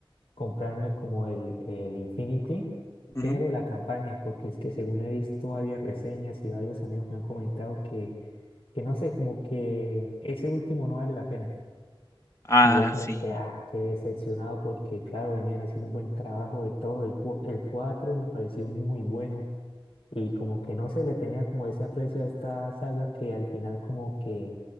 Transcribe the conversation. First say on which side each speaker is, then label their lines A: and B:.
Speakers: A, on the left; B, on the left.
A: comprarme como el, el Infinity,
B: ujú.
A: pero la campaña, porque es que según he visto varias reseñas y varios amigos me han comentado que, que no sé, como que ese último no vale la pena.
B: Ah,
A: Y yo como
B: sí.
A: que, ah, qué decepcionado porque, claro, venían haciendo un buen trabajo de todo. El, cua- el 4 me pareció muy bueno y como que no se le tenía como ese aprecio a esta saga que al final como que,